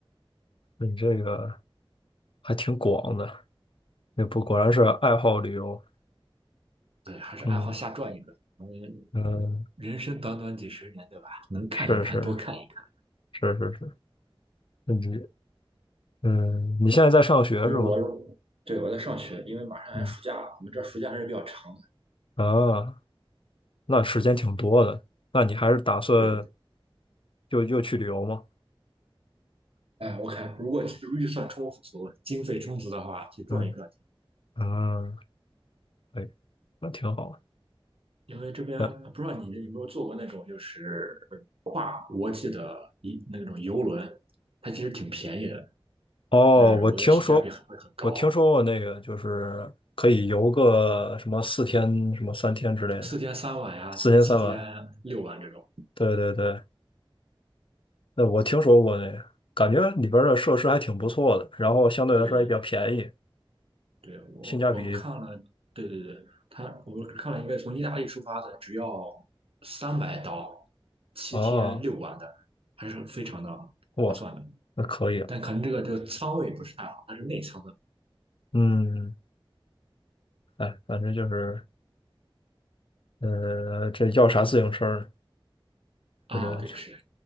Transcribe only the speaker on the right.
对，还是爱好瞎转一转。
反
人生短短几十年，对吧？能看一看，
多看一看。
因为我有，对，我在上学，因为马上要暑假了，
我们这暑假还是比较长的。
对，
哎，我看如果预算充足、经费充足的话，去转一转。
因为这边不知道你有没有坐过那种就是
跨国际的一那种游轮，它其实挺便宜的，
但是我觉得性价比很会很高，
四天三晚呀，
七天六晚这种。
对对，我我看了，
对对对，他我看了一个从意大利出发的，只要三百刀，七天六晚的，
还是非常的划算的。
但可能这个就仓位不是太好，它是内仓的
啊，
对，是。